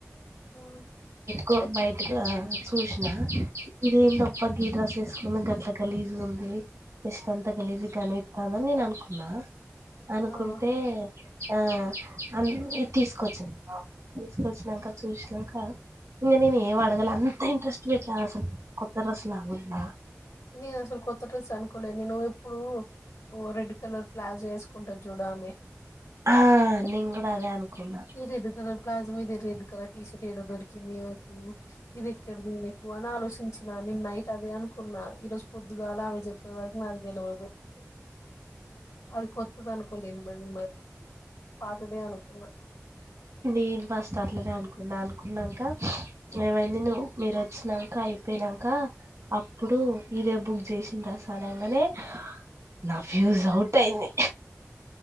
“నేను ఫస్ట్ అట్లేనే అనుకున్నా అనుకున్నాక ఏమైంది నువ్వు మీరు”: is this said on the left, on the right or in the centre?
Right